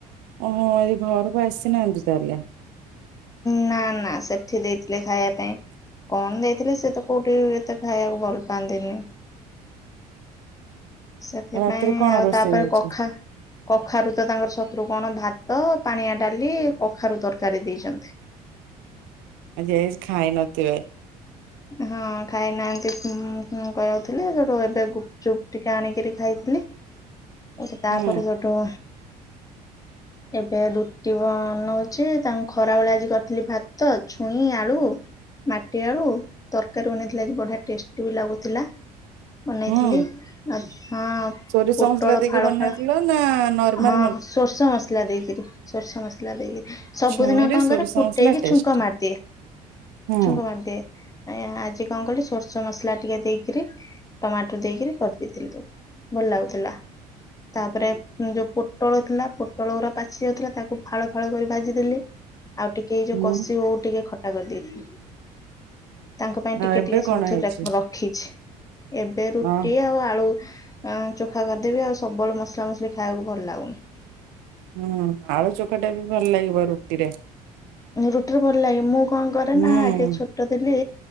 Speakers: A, on the right (about 55°); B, on the left (about 15°).
A: ଓହୋ ଆଜି ଘରକୁ ଆସିନାହାନ୍ତି ତାହେଲେ।
B: ନା ନା ସେଠି ଦେଇଥିଲେ ଖାଇବା ପାଇଁ। କଣ ଦେଇଥିଲି ସେ ତ କୋଉଠି ଏତେ ଖାଇବାକୁ ଭଲ ପାଆନ୍ତିନି। ସେଥିପାଇଁ
A: ଆଉ ରାତିରେ କଣ
B: ଆଉ
A: ରୋଷେଇ
B: ତାପରେ
A: ହଉଛି
B: କଖା କଖାରୁ ତ ତାଙ୍କର ଶତ୍ରୁ କଣ ଭାତ ପାଣିଆ ଡାଲି କଖାରୁ ତରକାରୀ ଦେଇଛନ୍ତି।
A: ଆଜି ଏ <inaudible> ନଥିବେ।
B: ହଁ ଖାଇନାହାନ୍ତି। ହୁଁ-ହୁଁ-ହୁଁ କହୁଥିଲେ ସେଠୁ ଏବେ ଗୁପଚୁପ୍ ଟିକେ ଆଣିକିରି ଖାଇଥିଲି। ଏଠି ତାପରେ
A: ହୁଁ
B: ସେଠୁ
A: <inaudible>
B: ଏବେ ରୁଟି ବନଉଛି ତାଙ୍କୁ ଖରାବେଳିଆ ଆଜି କରିଥିଲି ଭାତ ଛୁଇଁ ଆଳୁ ମାଟି ଆଳୁ, ତରକାରୀ ବନେଇଥିଲା ଆଜି ବଢିଆ ଟେଷ୍ଟି ବି ଲାଗୁଥିଲା। ବନେଇଥିଲି
A: ହୁଁ
B: ଆ ହଁ
A: ସୋରିଷ
B: ପୋଟଳ
A: ମସଲା ଦେଇକି
B: ଫାଳ
A: ବନେଇଥିଲ
B: ଫାଳ,
A: ନା ନର୍ମାଲ
B: ହଁ ସୋରିଷ ମସଲା ଦେଇକିରି ସୋରିଷ ମସଲା ଦେଇକି <inaudible> ସବୁଦିନ
A: ଛୁଇଁରେ
B: କଣ
A: ସୋରିଷ
B: କରେ ଫୁଟେଇକି
A: ମସଲା ଟେଷ୍ଟ
B: ଛୁଙ୍କ ମାରିଦିଏ,
A: ହୁଁ
B: ଛୁଙ୍କ ମାରିଦିଏ। ଆଁ ଆଜି କଣ କଲି ସୋରିଷ ମସଲା ଟିକେ ଦେଇକିରି ଟମାଟୋ ଦେଇକିରି କରିଦେଇଥିଲି ତୁ ଭଲ ଲାଗୁଥିଲା। ତାପରେ ଯୋଉ ପୋଟଳ ଥିଲା ପୋଟଳଗୁରା ପାଚି ଯାଉଥିଲା ତାକୁ ଫାଳ ଫାଳ କରି ଭାଜି ଦେଲି। ଆଉ ଟିକେ ଏଇ
A: ହୁଁ
B: ଯୋଉ କଷି ଓଉ ଟିକେ ଖଟା କରିଦେଇଥିଲି। ତାଙ୍କ ପାଇଁ ଟିକେ
A: ଆଉ ଏବେ
B: ଟିକେ ସବୁଥିରୁ
A: କଣ ହେଇଛି
B: ର ରଖିଛି ଏବେ ରୁଟି
A: ହଁ
B: ଆଉ ଆଳୁ ଚୋଖା କରିଦେବି ଆଉ ସବୁବେଳେ ମସଲାମସଲି ଖାଇବାକୁ ଭଲ ଲାଗୁନି।
A: ହୁଁ, ଆଳୁ ଚକଟା ବି ଭଲ ଲାଗିବ ରୁଟିରେ।
B: ରୁଟିରେ ଭଲ ଲାଗେ ମୁଁ କଣ କରେ
A: ହୁଁ
B: ନା ଆଗେ ଛୋଟ ଥିଲି